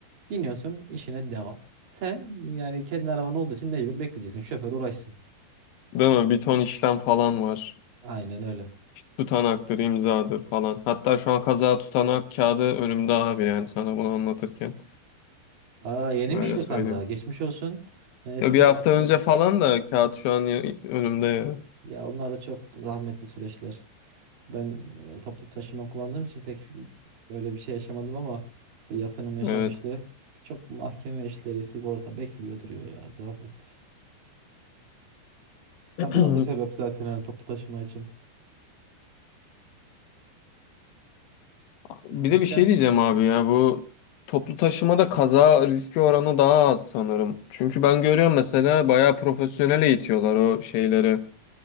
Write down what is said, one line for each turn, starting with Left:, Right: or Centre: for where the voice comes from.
Right: Biniyorsun işine devam. Sen yani kendi araban olduğu için mecbur bekleyeceksin. Şoför uğraşsın.
Left: Değil mi? Bir ton işlem falan var.
Right: Aynen öyle.
Left: Tutanaktır, imzadır falan. Hatta şu an kaza tutanağı kağıdı önümde abi yani sana bunu anlatırken.
Right: Aa, yeni
Left: Öyle
Right: miydi
Left: söyleyeyim.
Right: kaza? Geçmiş olsun. Ben eski
Left: Ya bir hafta
Right: yaptım.
Left: önce falan da kağıt şu an ya- önümde ya.
Right: Ya onlar da çok zahmetli süreçler. Ben e, toplu taşıma kullandığım için pek böyle bir şey yaşamadım ama bir yakınım yaşamıştı.
Left: Evet.
Right: Çok mahkeme işleri, sigorta bekliyor duruyor ya zahmetli.
Left: <clears throat>
Right: Ha, bu da bir sebep zaten hani toplu taşıma için.
Left: Bir
Right: Başka?
Left: de bir şey diyeceğim abi ya bu toplu taşımada kaza riski oranı daha az sanırım. Çünkü ben görüyorum mesela bayağı profesyonel eğitiyorlar o şeyleri,